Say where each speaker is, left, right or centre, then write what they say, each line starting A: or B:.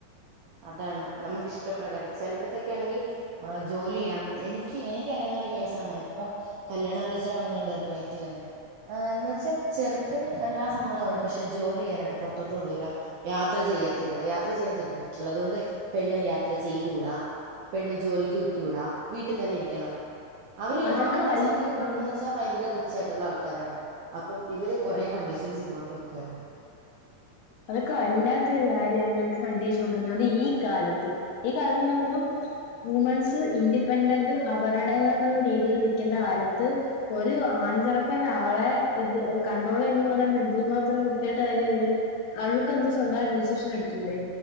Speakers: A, on the right (about 80°); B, on the left (about 75°).
A: അതാണ് നമുക്കിഷ്ടപ്രകാരം ചിലടത്തൊക്കെ ആണെങ്കി ആഹ് ജോലി ചെയ്യാം എനിക്ക് എനിക്കറിയാവുന്ന ഒരു കേസാണ് ഇപ്പം കല്യാണ ആലോചന വന്നെന്റെ റിലേറ്റീവിന് ആഹ് എന്ന് വച്ചാ ചെറുക്കന് എല്ലാം സമ്മതമാണ് പക്ഷെ ജോലി ചെയ്യാനായിട്ട് പൊറത്തോട്ട് വിടൂല്ല യാത്ര ചെയ്യത്തില്ല യാത്ര ചെയ്യും ചെറുക്കൻ തുള്ളത്കൊണ്ട് പെണ്ണ് യാത്ര ചെയ്തൂടാ പെണ്ണ് ജോലിക്ക് പൊ യ്കൂടാ വീട്ടിൽ തന്നെ ഇരിക്കണം അവര്
B: അതൊക്കെ
A: ആഹ്
B: വൽ
A: ചെറുക്കന്റെ കൂട്ടരന്ന്
B: ആഹ്
A: വെച്ചാ ഭയങ്കര റിച്ച് ആയിട്ടുള്ള ആൾക്കാരാണ് അപ്പം ഇവര് കുറെ കണ്ടീഷൻസ് ഇങ്ങോട്ട് വെക്കുവാരുന്നു
B: അതൊക്കെ വല്ലാത്തൊരു കാര്യം അങ്ങനക്ക് കണ്ടീഷൻ വക്കുന്നത് അത് ഈ കാലത്ത് ഈ കാലത്ത് ന്ന്‌ പളമ്പം വുമൻസ് ഇൻഡിപെൻഡന്റ് അവരുടതായിട്ടുള്ള രീതിയിൽ നിൽക്കണ്ട കാലത്ത് ഒരു ആൺചെറുക്കൻ അവളെ ഇത് കണ്ടട്രോൾ ചെയ്യുന്നന്ന് പറയുമ്പോ എന്തിര് മാത്രം മാത്രം വൃത്തികെട്ട കാര്യമാ അത് അവൾക്ക് എന്ത സ്വന്തം ആയിട്ട് ഡിസിഷൻ എടുത്തൂടെ